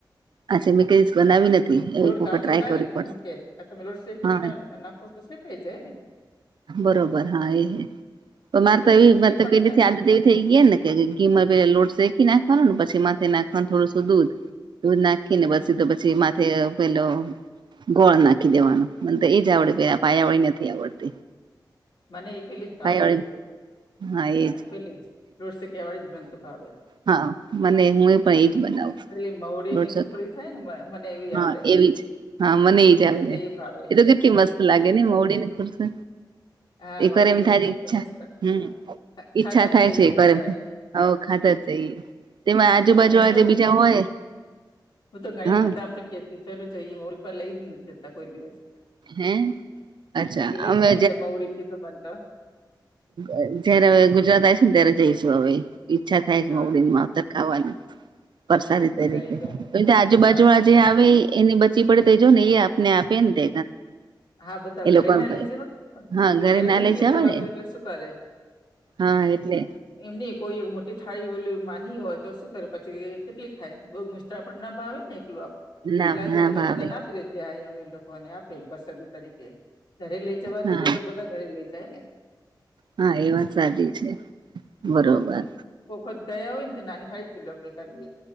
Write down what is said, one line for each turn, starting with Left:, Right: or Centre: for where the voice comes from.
Right: આજે મે કેજ બનાવી નથી એ
Left: લોટ
Right: એક વખત
Left: કાચો
Right: ટ્રાય
Left: ના
Right: કરવી
Left: રે ને
Right: પડશે
Left: એમ કે, આ તમે લોટ શેકીને
Right: હા
Left: નાખો તો શેકાઈ જાયને.
Right: બરોબર હા એહે, પણ
Left: સમજે
Right: મારે તો એવી મારતો
Left: એ પણ
Right: તે રીતે
Left: થાય
Right: આદત એ થઈ ગયાને કે કે ઘી મા પેયા લોટ શેકી નાખવાનુંને, પછી માથે નાખવાનું થોડુંશુ દૂધ. દૂધ નાખીને પસી
Left: હમ
Right: તો પછી માથે પેલો ગોળ નાખી દેવાનો. મને તો એજ આવડે,
Left: ગોળ
Right: તોઆ પાયાવાળી
Left: નાખો
Right: નથી આવડતી.
Left: મને એ પેલીજ ભાવે
Right: પાયાવાળી હા એજ
Left: અ પેલીજ, લોટ શેક્યા વાલીજ મનતો ભાવે.
Right: હા મને હું એ પણ એજ બનાવું
Left: પેલી મવડી
Right: દોઢસો
Left: ની સુખડી થાયને મ મને એવી
Right: હા
Left: આવડે
Right: એવીજ, હા મને એજ આવડે,
Left: મને ભાવે
Right: એ તો કેટલી મસ્ત લાગે ને, મહુડીની ખૂલશે,
Left: હા
Right: એક વાર
Left: મવડી
Right: એમ
Left: ગઈ
Right: થારી ઈચ્છા
Left: તો મસ્ત
Right: હમ્મ
Left: હા ખા-
Right: ઈચ્છા
Left: ખાધા
Right: થાય
Left: જ
Right: છે
Left: જઈએ
Right: એક વાર,
Left: એમ થાય
Right: હો ખાધાજ જઈએ. તેવા આજુબાજુ
Left: હું તો ઘણી
Right: વાળાજે
Left: વખત
Right: બીજા હોય.
Left: હું તો ઘણી
Right: હા
Left: વખત આમને કેતી, ચાલુ જઈએ મહુડી, પણ લઈજ નથી જતા કોઈ દિવસ.
Right: હે અચ્છા
Left: એતો લઈજ
Right: અમે
Left: ના જાય મઉડી કીધું મન તો.
Right: અ જયારે હવે ગુજરાત આઈસુને, ત્યારે જઈશું હવે. ઈચ્છા થાય છે
Left: હા
Right: મોવડી માવતર ખાવાની. પરસાદી તરીકે,
Left: મજા આઈ જાય
Right: કોઈતો આજુબાજુ
Left: હા પસંદ
Right: આ જે આવે ઈ એની બધ ચી પડે તેજોન ઈ આપને આપે ન તે
Left: હા, બધા
Right: એ
Left: ઘરે
Right: લોકો
Left: ના લઇ જવાય પણ,
Right: હા
Left: ઘરે
Right: ના
Left: નથી
Right: લઈ
Left: લઇ
Right: જવાય
Left: જવાતું
Right: ને
Left: એટલે સુકરે?
Right: હા એટલે
Left: એમ નહી, કોઈ એવુ મોટી થાળી ઓલી માની હોય તો શું કરે પછી એ કેટલીક ખાય, બહુ મસ્ત પણ ના ભાવે ને એટલું આપ,
Right: લાભ
Left: એટલે આજુબાજુ
Right: ના ભાવે
Left: બધાને આપી દે. તે આહે એ લોકોને આપે, પ્રસાદી તરીકે, ઘરે લઈ જવા
Right: હા
Left: તું તો, તો બધા ઘરે લઈ જાય ને. <inaudible>
Right: હા એ વાત સાચી છે, બરોબર.
Left: કોખત ગયા હોય ને, તો નાની થાળીજ પેલું આપડે કરીએ,